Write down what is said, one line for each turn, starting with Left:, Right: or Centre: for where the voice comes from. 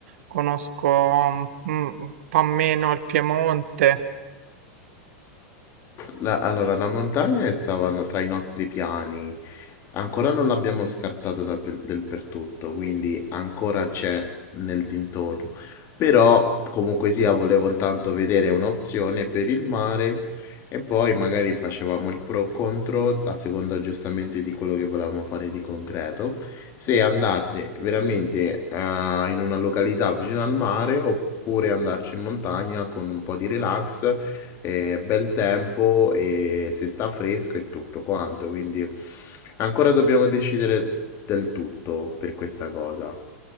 Right: conosco mm, un po' meno il Piemonte.
Left: La- allora, la montagna è- stava tra i nostri piani, ancora non l'abbiamo scartato da per- del per tutto, quindi ancora c'è nel dintorno. Però comunque sia, volevo intanto vedere un'opzione per il mare e poi magari facevamo il pro contro a seconda giustamente di quello che volevamo fare di concreto, se andarci veramente eh, in una località vicino al mare oppure andarci in montagna con un po' di relax è bel tempo e si sta fresco e tutto quanto, quindi ancora dobbiamo decidere del tutto per questa cosa.